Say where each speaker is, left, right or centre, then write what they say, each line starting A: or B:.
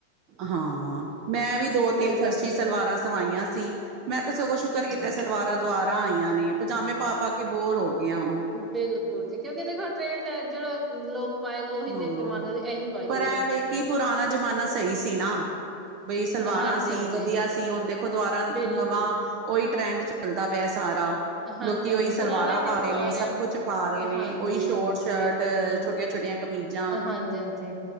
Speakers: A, on the right; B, on the right.
A: ਹਾਂ ਮੈਂ ਵੀ ਦੋ ਤਿੰਨ ਫਰਸ਼ੀ
B: ਕਾਫੀ ਟ੍ਰੈਂਡ।
A: ਸਲਵਾਰਾਂ ਸਵਾਈਆਂ ਸੀ। ਮੈਂ ਤੇ ਸਗੋਂ ਸ਼ੁਕਰ
B: ਅੱਛਾ
A: ਕੀਤਾ ਸਲਵਾਰਾਂ ਦਾ। ਦੁਆਾਰਾ ਆਈਆਂ ਨੇ ਪਜਾਮੇ ਪਾ ਪਾ ਕੇ ਬੋਰ ਹੋ ਗਿਆ। ਉਹਨੂੰ
B: ਬਿਲਕੁਲ ਜੀ। ਕਿਉਂਕਿ ਦੇਖੋ ਟਰੈਂਡ ਜਿਹੜਾ ਲੋਕ। ਪਾਏਗਾ ਉਹੀ
A: ਹਾਂ
B: ਦੇਖ ਕੇ ਮਨ। ਇਹੀ ਪਾਈਏ
A: ਪਰ ਐ ਵੇ ਕਿ ਪੁਰਾਣਾ ਜ਼ਮਾਨਾ ਸਹੀ ਸੀ ਨਾਂ। ਬਈ ਸਲਵਾਰਾਂ
B: ਹਾਂਜੀ
A: ਸੀ
B: ਹਾਂਜੀ
A: ਵਧੀਆ ਸੀ। ਹੁਣ ਦੇਖੋ ਦੁਬਾਰਰਾ
B: ਬਿਲਕੁਲ
A: ਨਵਾਂ। ਉਹੀ 'ਟਰੈਂਡ' ਚੱਲਦਾ ਪਿਆ ਸਾਰਾ।
B: ਹਾਂਜੀ
A: ਲੋਕੀ
B: ਹਾਂਜੀ
A: ਉਹੀ ਸਲਵਾਰਾਂ
B: ਪੁਰਾਣਾ ਹੀ ਦੇਖੋ
A: ਪਾ ਰਹੇ ਨੇ
B: ਆ
A: ਸਭ
B: ਰਿਹਾ
A: ਕੁਛ ਪਾ ਰਹੇ ਨੇ।
B: ਹਾਂਜੀ
A: ਉਹੀ ਸ਼ੋਰਟ ਸ਼ਰਟ
B: ਬਿਲਕੁਲ
A: ਛੋ। ਛੋਟੀਆਂ। ਕਮੀਜ਼ਾਂ
B: ਹਾਂਜੀ ਹਾਂਜੀ